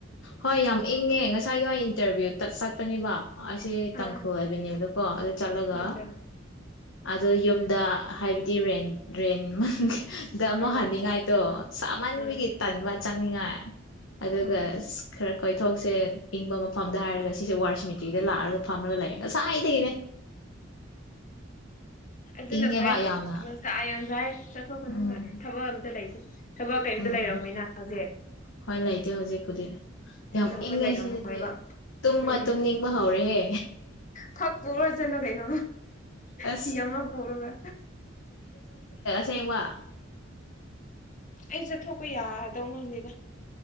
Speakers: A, on the left (about 80°); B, on the left (about 40°).
A: ꯍꯣꯏ ꯌꯥꯝ ꯏꯪꯉꯦ ꯉꯁꯥꯏꯒꯤ ꯍ ꯏꯟꯇꯔꯚꯤꯌꯨ ꯆꯠꯄꯅꯦꯕ ꯑꯁꯦ
B: ꯑꯥ
A: ꯇꯥꯪꯈꯨꯜ ꯑꯒꯦꯟꯌꯦ ꯗꯨ ꯑ ꯆꯂꯒ
B: ꯑꯆꯥ
A: ꯑꯗꯣ ꯌꯨꯝꯗ ꯍꯥꯏꯕꯗꯤ ꯔꯦꯟ ꯔꯦꯟ ꯎꯝ ꯗꯃꯣ
B: ꯑꯥ
A: ꯍꯅꯤꯡꯒꯥꯏꯇꯣ ꯁꯃꯥꯟꯒꯤ
B: ꯑꯥ
A: ꯇꯟꯕꯥ ꯆꯪꯅꯤꯡꯉꯥꯏ ꯑꯗꯨꯒ
B: ꯑꯥ
A: ꯑꯁ ꯈꯔ ꯀꯣꯏꯊꯣꯛꯁꯦ ꯏꯪꯕ ꯃꯐꯝꯗ ꯍꯥꯏꯔꯒ ꯁꯤꯁꯦ ꯋꯥꯔ ꯁꯤꯃꯤꯇꯔꯤꯗ ꯂꯥꯛꯑꯒ ꯐꯝꯃꯒ ꯂꯩꯌꯦ ꯉꯁꯥꯏꯗꯒꯤꯅꯦ
B: ꯑꯗꯨꯅ
A: ꯏꯪꯉꯦꯕ
B: ꯐꯩ
A: ꯌꯥꯝꯅ
B: ꯅꯨꯡꯁꯥ ꯌꯥꯝ ꯁꯥꯏ ꯆꯠꯊꯣꯛꯀꯅꯨ
A: ꯎꯝ
B: ꯑꯣꯏ ꯊꯕꯛ ꯑꯝꯇ ꯂꯩꯇꯦ ꯊꯕꯛ ꯀꯩꯝꯇ
A: ꯎꯝ
B: ꯂꯩꯔꯝꯃꯣꯏꯅ ꯍꯧꯖꯤꯛ
A: ꯍꯣꯏ ꯂꯩꯇꯦ ꯍꯧꯖꯤꯛꯄꯨꯗꯤ
B: ꯊꯤꯗꯣꯛꯄ
A: ꯌꯥꯝ ꯏꯪꯉꯦ
B: ꯂꯩꯔꯝꯃꯣꯏꯕ
A: ꯁꯤꯗꯗꯤ ꯇꯨꯝꯕ
B: ꯎꯝ
A: ꯇꯨꯝꯅꯤꯡꯕ ꯍꯧꯔꯦꯍꯦ
B: ꯐꯛ ꯄꯨꯔ ꯆꯠꯂꯣ ꯀꯩꯅꯣ꯫
A: ꯑꯁ
B: ꯐꯤ ꯑꯃꯥ ꯄꯨꯔꯒ
A: ꯁꯦꯡꯕꯥ
B: ꯑꯩ ꯆꯠꯊꯣꯛꯄ ꯌꯥꯗꯧ ꯃꯥꯟꯗꯦꯗ